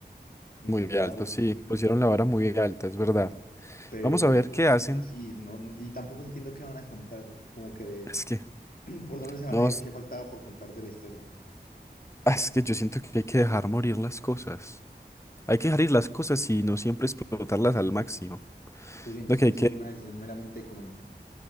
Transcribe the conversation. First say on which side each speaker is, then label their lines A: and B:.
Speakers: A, on the left (about 55°); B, on the left (about 15°).
A: incomparable,
B: Muy alto, sí. Pusieron la vara muy alta, es verdad.
A: pero,
B: Vamos a ver qué hacen.
A: pero sí, no, y tampoco entiendo qué van a contar, como que
B: Es que,
A: <clears throat> por dónde se van
B: no,
A: a ir,
B: es
A: qué faltaba por contar de la historia.
B: ah, es que yo siento que hay que dejar morir las cosas. Hay que dejar ir las cosas y no siempre explotarlas al máximo.
A: ¿Tú sientes
B: Lo que
A: que
B: hay
A: esto
B: que
A: fue una decisión meramente económica?